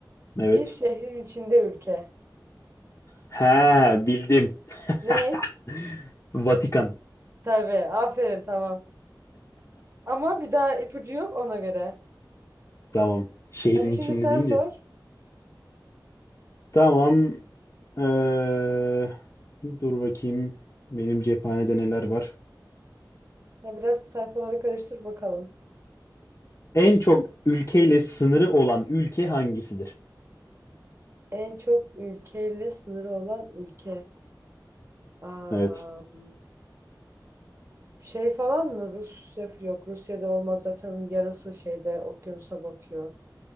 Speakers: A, on the left; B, on the right.
A: Evet.
B: Bir şehrin içinde ülke.
A: Ha bildim.
B: Ney?
A: <laughs> Vatikan.
B: Tabii. Aferin tamam. Ama bir daha ipucu yok ona göre.
A: Tamam. Şehrin
B: Hadi şimdi
A: içinde
B: sen
A: deyince.
B: sor.
A: Tamam. Ee, dur bakayım. Benim cephanede neler var?
B: Ya biraz sayfaları karıştır bakalım.
A: En çok ülkeyle sınırı olan ülke hangisidir?
B: En çok ülkeyle sınırı olan ülke. Am,
A: Evet.
B: şey falan mı? Rusya yok. Rusya'da olmaz zaten onun yarısı şeyde okyanusa bakıyor.